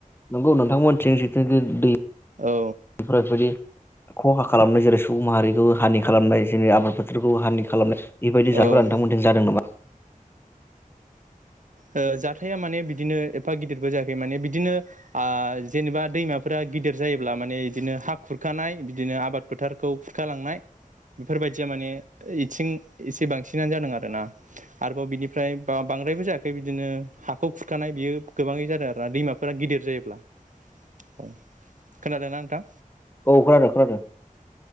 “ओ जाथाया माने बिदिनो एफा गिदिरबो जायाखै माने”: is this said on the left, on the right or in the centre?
Right